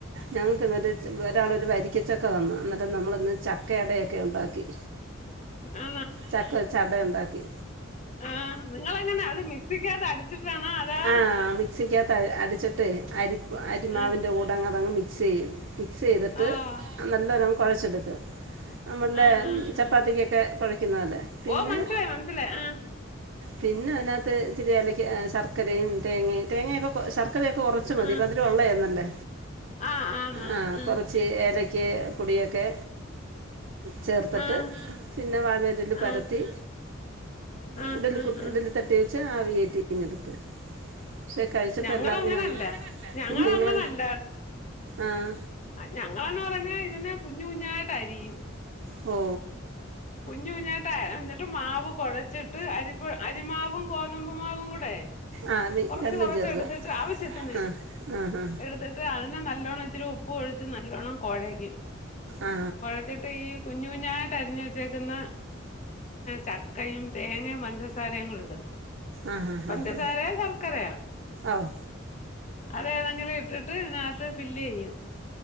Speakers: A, on the right (about 65°); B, on the left (about 35°).
A: ഞങ്ങൾക്ക് ഇന്നാലേ ഒരാളൊരു വരിക്കച്ചൊക്കെ തന്നു എന്നിട്ടം നമ്മളിന്ന് ചക്ക ഇടയൊക്കെ ഉണ്ടാക്കി
B: ആ
A: ചക്ക വെച്ച് അട ഉണ്ടാക്കി
B: ആഹ നിങ്ങളങ്ങനെ അത് മ സിക്കത അടിച്ചിട്ടാനാ അതാ
A: ആ
B: <unintelligible>
A: മിക്സിക്കകത്ത് അടിച്ചിട്ട് അരി അരിമാവിൻ്റെ
B: ആഹ്
A: കൂടങ്തങ്ങ് മിക്സ് ചെയ്യും മിക്സ് ചെയ്തിട്ട്
B: ആഹ്
A: നല്ല ഒരം കുഴച്ചെടുക്കും നമ്മളുടെ
B: ആഹ് ആഹ് ആഹ്
A: ചപ്പാത്തിക്കൊക്കെ കുഴയ്ക്കുന്ന പോലെ പിന്നെ
B: ഓ മനസ്സിലായി മനസ്സിലായി ആഹ്
A: പിന്നെ അതിനകത്ത് ചിരി അാലക്ക് ശർക്കരയും തേങ്ങയും തേങ്ങൊക്കെ ശർക്കരയൊക്കെ കുറച്ച് മതി
B: ആഹ്
A: അ ള്ളല്ലേ
B: ആഹ് ആന്നാന്ന്
A: ആ
B: ആഹ്
A: കുറച്ച് ഏലക്ക് പൊടൊക്കെ ചേർത്തിട്ട്
B: ആഹ്
A: പിന്നെ വാഴയയിൽ
B: ആഹ്
A: പരത്തി
B: ആഹ്
A: ഇടല
B: ആഹ് ആഹ്
A: ഇടലി തട്ടി വെച്ച ആവിയേറ്റിഞ്ഞെടുത്ത് പക്ഷെ കഴിച്ചപ്പോ
B: ഞങ്ങളങ്ങനല്ല
A: എല്ലാർക്കും വേങ്ങ
B: ഞങ്ങളങ്ങനല്ല
A: പിന്നെ നിങ്ങ ആഹ
B: ഞങ്ങളന്ന പറഞ്ഞാൽ ഇതിനെ കുഞ്ഞഞ് കുഞ്ഞായിട്ട് അരിയും
A: ഓ
B: കുഞ്ഞു കുഞ്ഞായിട്ട് കുഞ്ഞിട്ട് മാവ് കുഴച്ചിട്ട് അരിപ്പ അരിമാവും ഗോതമ്പ്മാവും കൂടെ
A: ആ മീ
B: കൊറച്ച്
A: രണ്ടും
B: കൊറച്ച്
A: ചേർക്കുക
B: എടുത്തിട്ട് ആവശ്യത്തിന്
A: ആ ആ ഹാ
B: എടു അതിനെ നല്ലോണ്ണം ഇച്ചിരി ഉപ്പ് ഒഴിച്ച് നല്ലോണം കുഴകും
A: ആ
B: കുഴത്തിട്ട് ഈ കുഞ്ഞു കുഞ്ഞായിട്ട് അരിഞ്ഞ വെ ക്കുന്ന ചക്കയും തേങ്ങയും പഞ്ചസാരങ്ങള ഇടും
A: ആ ഹാ
B: പഞ്ചസാരയൊ
A: ഹാ ഹാ
B: ശർക്കരയൊ
A: ഓ
B: അത ഏതെങ്കിലും ഇട്ടിട്ട് അതിനകത്ത് ഫില്ല് ചെയ്യും